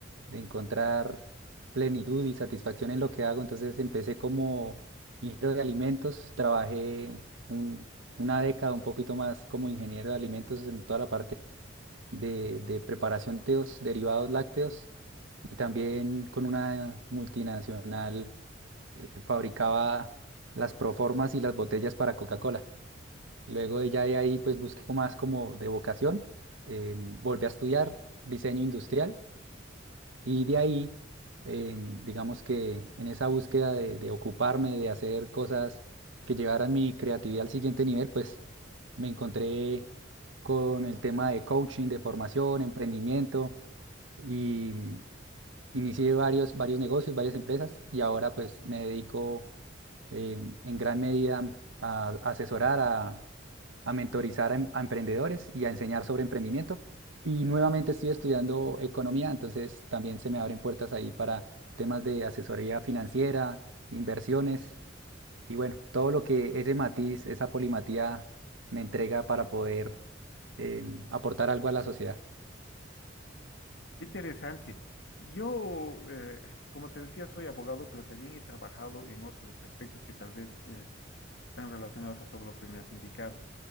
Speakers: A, on the right; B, on the left.
A: de encontrar plenitud y satisfacción en lo que hago. Entonces empecé como ingeniero de alimentos, trabajé un- una década un poquito más como ingeniero de alimentos en toda la parte de, de preparación de los derivados lácteos y también con una multinacional eh, fabricaba las proformas y las botellas para Coca-Cola. Y luego ella de ahí pues buscó más como de vocación, eh, volvió a estudiar diseño industrial y de ahí, eh, digamos que en esa búsqueda de, de ocuparme, de hacer cosas que llevaran mi creatividad al siguiente nivel, pues me encontré con el tema de coaching, de formación, emprendimiento y mm, inicié varios, varios negocios, varias empresas y ahora pues me dedico eh, en gran medida a asesorar, a, a mentorizar a, em- a emprendedores y a enseñar sobre emprendimiento. Y nuevamente estoy estudiando economía, entonces también se me abren puertas ahí para temas de asesoría financiera, inversiones y bueno, todo lo que ese matiz, esa polimatía me entrega para poder em, aportar algo a la sociedad.
B: Qué Interesante. Yo, eh, como te decía, soy abogado, pero también he trabajado en otros aspectos que tal vez eh, están relacionados a todo lo que me has indicado.